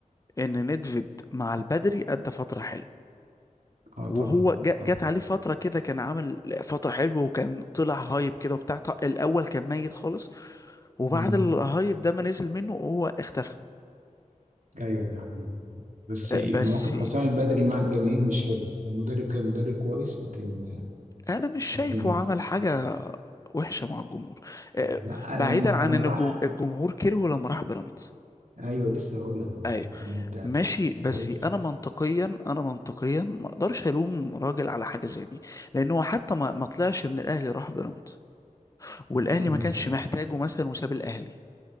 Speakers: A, on the left (about 25°); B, on the right (about 70°).
A: ان ندفيد مع البدري ادى فترة حلوة
B: اه
A: وهو
B: طبعا
A: جا-
B: طبعا
A: جت عليه فترة كده كان عامل فترة حلوة وكان طلع هايب كده وبتاع ط- الأول كان ميت خالص وبعد
B: مم.
A: الهايب ده ما نزل منه هو اختفى
B: ايوه ده حقيقي بس
A: آه، بس
B: مواقف حسام البدري مع الجماهير مش حلوه المدرب كان مدرب كويس لكن
A: انا مش شايفه
B: لكن
A: عمل حاجه وحشه مع الجمهور آه،
B: لا
A: بعيدا
B: لما لما
A: عن ان
B: راح
A: الجم- الجمهور كرهه لما راح بيراميدز
B: ايوه لسه هقول لك اهو
A: ايوه
B: يعني انت
A: ماشي بس
B: عايز
A: انا منطقيا انا منطقيا ما اقدرش الوم راجل على حاجه زي دي لان هو حتى ما ما طلعش من الاهلي راح بيراميدز والاهلي
B: لا ما
A: ما
B: انت
A: كانش محتاجه مثلا وساب الاهلي